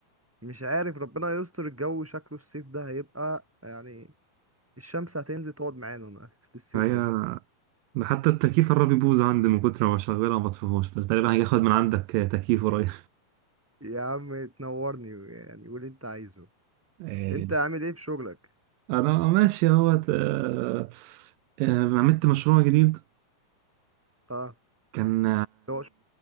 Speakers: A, in the centre; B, on the right.
A: مش عارف ربنا يستر الجو شكله الصيف ده هيبقى يعني الشمس هتنزل تقعد معانا هنا
B: <laughs>
A: في الصيف
B: هي
A: ده
B: ده حتى التكييف قرب يبوظ عندي من كتر ما بشغلها ما بطفيهوش فتقريبا هاجي آخد من عندك آه، تكييف قريب
A: يا عم تنورني يعني قول اللي انت عايزه
B: آه،
A: انت عامل ايه في شغلك
B: أنا ماشي أهوت آه، آه، عملت مشروع جديد
A: اه
B: كان
A: هو ش-